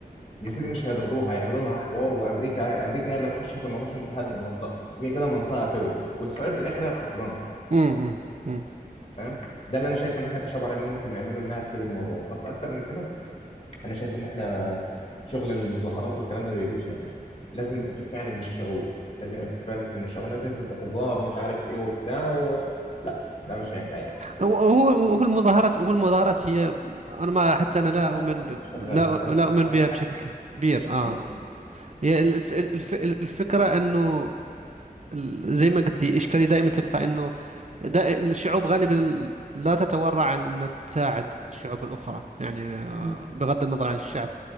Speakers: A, on the left (about 45°); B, on the right (about 50°).
A: يا سيدي مش هيضربوها هيعملوا لها حوار وأمريكا أمريكا هي اللي هتخش في الموضوع عشان تهدد المنطقة لأن كده المنطقة هتولع وإسرائيل في الآخر هي الخسرانة
B: مم. مم. مم.
A: فاهم ده اللي أنا شايفه إن إحنا كشعب عربي ممكن نعمله إنها تفيد الموضوع بس أكتر من كده انا شايف ان احنا شغل المظاهرات والكلام ده ما بيجيبش نتيجه لازم يبقى في فعلا من الشعوب لازم يبقى في فعلا من الشعوب انما تنزل تتظاهر ومش عارف ايه وبتاع و... لا ده مش هيعمل اي حاجه
B: هو هو هو المظاهرات هو المظاهرات هي أنا ما حتى أنا لا
A: انا
B: أؤمن
A: سنه ونص
B: ب...
A: شغاله
B: لا
A: فاهم
B: لا أؤمن
A: عامل
B: بها بشكل
A: حاجه
B: كبير آه
A: بالظبط
B: هي الف... الف... الفكرة أنه ال- زي ما قلت لي إشكالي دائما تبقى أنه ده الشعوب غالبا لا تتورع عن أن تساعد الشعوب الأخرى يعني آه،
A: مهم.
B: بغض النظر عن الشعب